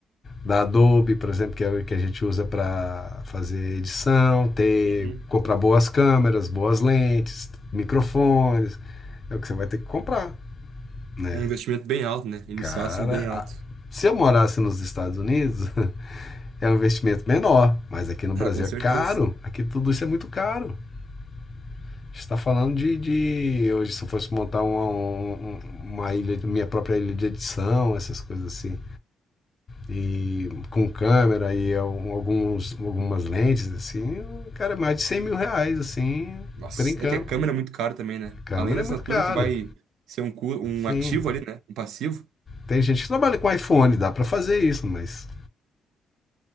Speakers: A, on the left; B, on the right.
A: da Adobe, por exemplo, que é o que a gente usa para fazer edição, ter
B: Uhum.
A: comprar boas câmeras, boas lentes, microfones, é o que você vai ter que comprar, né?
B: É um investimento bem alto, né? Inicial,
A: Cara,
B: assim, bem alto.
A: a-
B: <laughs>
A: se eu morasse nos Estados Unidos, <laughs> é um investimento menor, mas aqui no Brasil
B: Ah, com certeza.
A: é caro, aqui tudo isso é muito caro. A gente está falando de, de hoje se eu fosse montar uma, um- um, uma ilha, minha própria ilha de edição, essas coisas assim. e com câmera e alguns, algumas lentes, assim, cara, é mais de cem mil reais, assim,
B: Nossa,
A: brincando.
B: é que a câmera é muito cara também, né?
A: Câmera
B: Além da
A: é
B: assinatura
A: muito caro,
B: que vai ser um, cu- um
A: sim.
B: ativo ali, né? Um passivo.
A: Tem gente que trabalha com iPhone, dá para fazer isso, mas,